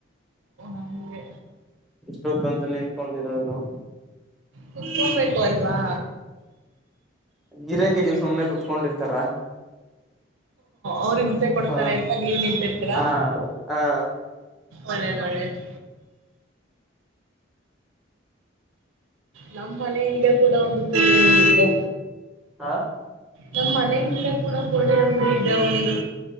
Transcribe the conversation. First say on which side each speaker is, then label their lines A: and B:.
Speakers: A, on the right; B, in the centre.
A: ಅಂಗೆ
B: ಇಷ್ಟ ಬೇಕು ಅಂತ ನಿಂತ್ಕೊಂಡಿರೋದು
A: ಕುತ್ಕೊಬೇಕು ಅಲ್ವಾ
B: ಗಿರಾಕೆ ಸುಮನೆ ಕುತ್ಕೊಂಡಿರ್ತಾರಾ
A: ಅವ್ರು ಹಂತೆ ಕೊಡ್ತಾರೆ
B: ಹಾ
A: ಅಂತ ನೀವ ನಿಂತಿರ್ತೀರಾ
B: ಹಾ ಹಾ
A: ಒಳ್ಳೇದು ಒಳ್ಳೇದು ನಮ್ಮ್ ಮನೆಯಿಂದೆ ಕೂಡ ಒಂದು ಕೋಳ ಇದೆ
B: ಹಾ
A: ನಮ್ಮ್ ಮನೆಯ ಹಿಂದೆ ಕೂಡ ಕಡಿ ಅಂಗಡಿ ಇದೆ ಒಂದು